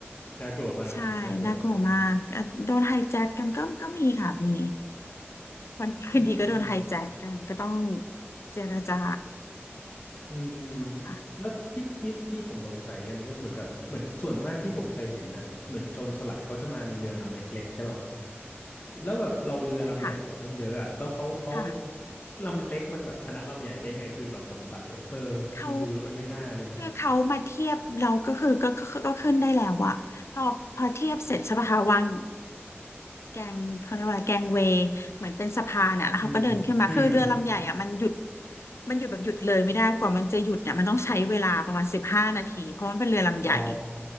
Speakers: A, on the left; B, on the left.
A: น่ากลัวมากน่ากลัวมาก
B: ใช่น่ากลัวมากเอ่อโดนไฮแจ็คกันก็ก็มีค่ะมีวันดีคืนดีก็โดนไฮแจ็คกันก็ต้อง
A: อืม
B: เจรจา
A: อืม
B: ใช่ค่ะ
A: แล้วที่ที่ที่ผมสงสัยกันหนึงก็คือเหมือนกับเหมือนส่วนมากที่ผมเคยเห็นน่ะ เหมือนโจรสลัดเขาจะมาในเรือลำเล็กๆใช่ป่ะครับแล้วแบบเราเรือลำใหญ่กว่าตั้งเยอะอ่ะ
B: ใช่ค่ะ
A: แล้วเขาเขา
B: ค่ะ
A: ลำเล็กมันแบบชนะลำใหญ่ได้ไงคือแบบสงสัยแบบเออมันดูแล้วมันไม่น่าเลยนะ
B: เขาคือเขามาเทียบเราก็คือก็ก็ก็ขึ้นได้แล้วอะพอพอเทียบเสร็จใช่ปะคะวาง แกงเขาเรียกว่าอะไรแกงเวย์เหมือนเป็นสะพานอ่ะแล้วเขาก็เดินขึ้นมาคือเรือลำใหญ่อ่ะมันหยุด
A: อืมอืม
B: มันหยุดแบบหยุดเลยไม่ได้กว่ามันจะหยุดเนี่ยมันต้องใช้เวลาประมาณสิบห้านาทีเพราะมันเป็นเรือลำใหญ่
A: อ๋อ